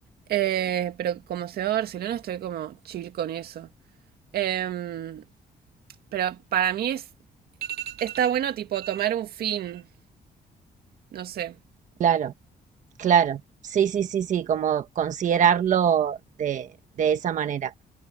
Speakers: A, on the right; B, on the right.
A: Eh, pero como se va a Barcelona, estoy como chill con eso. Em, pero para mí es, está bueno tipo tomar un fin, no sé.
B: Claro. Claro, sí, sí, sí, sí, como considerarlo de, de esa manera.